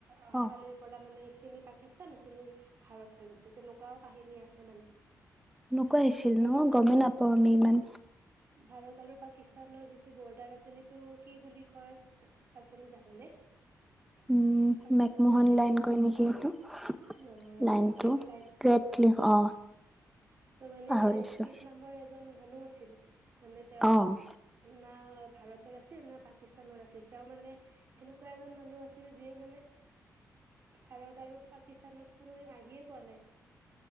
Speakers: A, on the right (about 40°); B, in the centre.
A: অহাকালিৰ
B: অ
A: পৰা মানে এইখিনি পাকিস্তান এইখিনি ভাৰত হৈ গৈছে তেনেকোৱাও কাহিনী আছে মানে
B: নোকোৱা আহিছিল
A: আৰু
B: ন
A: মানে
B: গমেই নাপাওঁ আমি ইমান
A: ভাৰত আৰু পাকিস্তানৰ যিটো বৰ্ডাৰ আছিল সেইটো কি বুলি কয় আপুনি জানেনে
B: উম
A: পাকিস্তান
B: মেকমোহন
A: সেইটো
B: লাইন কৰেয় নেকি সেইটো
A: নহয়
B: লাইনতটো
A: ৰেড ক্লিফ লাইন
B: ৰেড ক্লিভ অ
A: ত মানে
B: পাহৰিছো
A: ৰেড ক্লিত নামৰ এজন মানুহ আছিল মানে তেওঁ
B: অ'।
A: না ভাৰতৰ আছিল না পাকিস্তানৰ আছিল আছিল তেওঁ মানে এনেকুৱা এজন মানুহ আছিল যিয়ে মানে ভাৰত আৰু পাকিস্তানক কোনোদিন আহিয়ে পোৱা নাই